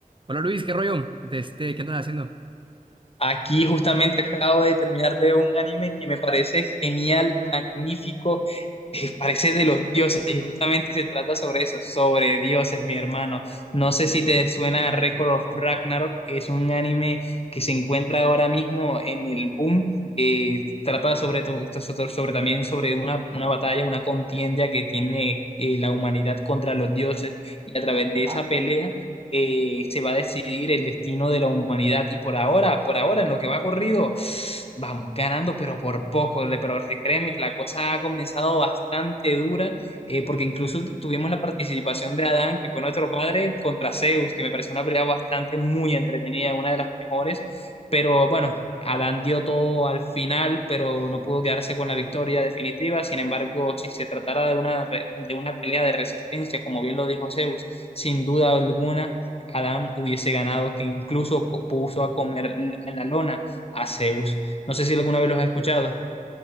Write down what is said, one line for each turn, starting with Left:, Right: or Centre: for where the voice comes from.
Right: Hola Luis, ¿qué rollo? De este, ¿qué andas haciendo?
Left: Aquí justamente acabo de terminar de ver un anime que me parece genial, magnífico, eh, parece de los dioses y justamente se trata sobre eso, sobre dioses, mi hermano. No sé si te suena a Record of Ragnarok, que es un anime que se encuentra ahora mismo en el boom. eh, trata sobre, to- sobre, sobre también sobre una, una batalla, una contienda que tiene eh, la humanidad contra los dioses y a través
Right: Ajá.
Left: de esa pelea eh, se va a decidir el destino de la humanidad. Y por ahora, por ahora, en lo que va corrido, vamos ganando, pero por poco. Le- Pero créeme que la cosa ha comenzado bastante dura, eh, porque incluso tu- tuvimos la participación de Adán, que fue nuestro padre, contra Zeus, que me pareció una pelea bastante muy entretenida, una de las mejores. Pero bueno. Adán dio todo al final, pero no pudo quedarse con la victoria definitiva. Sin embargo, si se tratara de una, re- de una pelea de resistencia, como bien lo dijo Zeus, sin duda alguna, Adán hubiese ganado, que incluso co- puso a comer en la lona a Zeus. No sé si alguna vez los has escuchado.